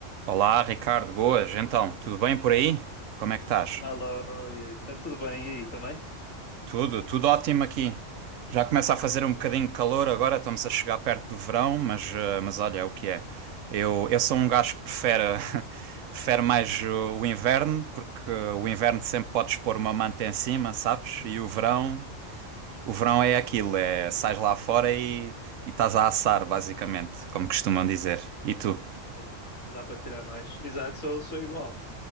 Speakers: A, on the right; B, on the left.
A: Olá, Ricardo, boas. Então, tudo bem por aí? Como é que estás?
B: Alô, está tudo bem aí também?
A: Tudo, tudo ótimo aqui. Já começa a fazer um
B: Pô,
A: bocadinho de calor agora, estamos a chegar perto do verão, mas, eh, mas olha, é o que é. Eu, eu sou
B: É
A: um
B: verdade.
A: gajo que prefere, <laughs> prefere mais o, o inverno, porque o inverno sempre podes pôr uma manta em cima, sabes? E o verão, o verão é aquilo, é sais lá fora e, e estás a assar, basicamente, como costumam dizer. E tu?
B: E Não não dá para tirar mais. Exato, sou, sou igual.